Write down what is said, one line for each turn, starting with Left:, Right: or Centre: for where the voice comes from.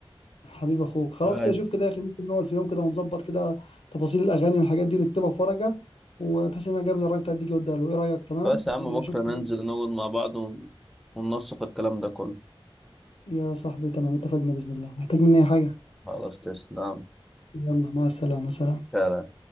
Left: حبيب اخوك خلاص
Centre: بس
Left: كده شوف كده يا اخي ممكن نقعد في يوم كده ونظبط كده تفاصيل الاغاني والحاجات دي ونكتبها في ورقه وبحيث ان انا جايب الراي بتاعتي اوديها له ايه رايك تمام
Centre: بس يا عم بكرة
Left: شوف كده
Centre: ننزل نقعد مع بعض ون- وننسق الكلام ده كله
Left: يا صاحبي تمام اتفقنا باذن الله محتاج مني اي حاجه
Centre: خلاص تسلم
Left: يلا مع السلامه سلام
Centre: فعلا